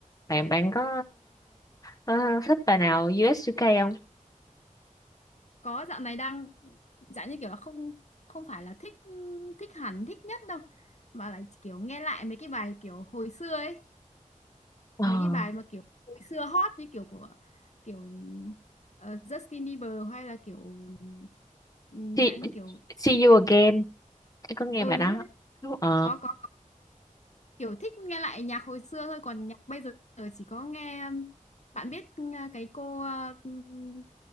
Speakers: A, on the left (about 25°); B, on the left (about 55°).
A: Bạn bạn có ờ, thích bài nào US UK không?
B: Có dạo này đang dạng như kiểu là không không phải là thích thích hẳn thích nhất đâu mà lại kiểu nghe lại mấy cái bài kiểu hồi xưa ấy
A: Ờ.
B: mấy cái bài mà kiểu hồi xưa hot như kiểu của kiểu ờ, Justin Bieber hay là kiểu ừm,
A: See,
B: dạng như kiểu
A: see you again. Em Có nghe
B: ờ
A: bài
B: đúng
A: đó.
B: rồi
A: Đúng. Ờ.
B: có có có. kiểu thích nghe lại nhạc hồi xưa thôi còn nhạc bây giờ chỉ có nghe ừm, bạn biết ừ, cái cô ờ, ừm,